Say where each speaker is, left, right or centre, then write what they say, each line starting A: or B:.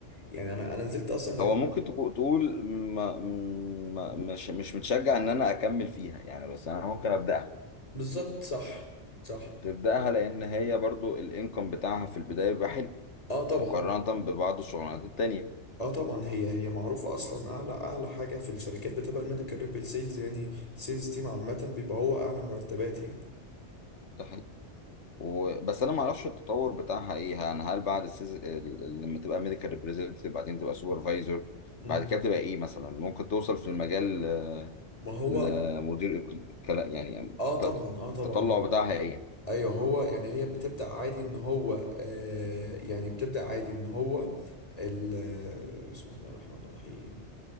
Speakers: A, on the left (about 30°); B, on the left (about 75°).
A: يعني انا انا نزلت اصلا جربت
B: هو ممكن تكو- تقول ما ما مش مش متشجع ان انا اكمل فيها يعني بس انا ممكن ابداها
A: بالظبط صح صح
B: تبداها لان هي برضو الانكم بتاعها في البدايه بيبقى حلو
A: اه طبعا
B: مقارنه ببعض الشغلانات التانيه
A: اه طبعا هي هي معروفة اصلا اعلى اعلى حاجة في الشركات بتبقى الميديكال ريبيل سيلز يعني السيلز تيم عامة بيبقى هو اعلى مرتبات يعني
B: ده حقيقي و... بس انا ما اعرفش التطور بتاعها ايه يعني هل بعد السيز... ال- لما تبقى ميديكال ريبريزنتيف بعدين تبقى سوبرفايزر
A: مم.
B: بعد كده تبقى ايه مثلا ممكن توصل في المجال
A: ما هو
B: لمدير إك- كلا- يعني
A: اه
B: الت-
A: طبعا اه طبعا
B: التطلع بتاعها ايه
A: ايوه هو يعني هي بتبدأ عادي ان هو آه يعني بتبدأ عادي ان هو ال آه، بسم الله الرحمن الرحيم